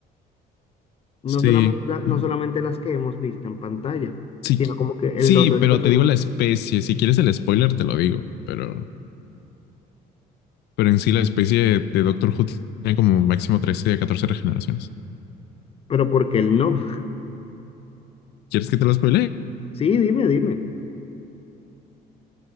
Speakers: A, on the left; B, on the left.
A: No
B: Sí,
A: solamente, la- no
B: mm,
A: solamente las que hemos visto en pantalla,
B: sí,
A: sino como que el
B: sí,
A: otro
B: pero
A: del personaje.
B: te digo la especie. Si quieres el spoiler, te lo digo, pero pero en sí la especie de, de Doctor Who tiene como máximo 13 a 14 regeneraciones.
A: Pero porque él no. <laughs>
B: ¿Quieres que te lo spoile?
A: Sí, dime, dime.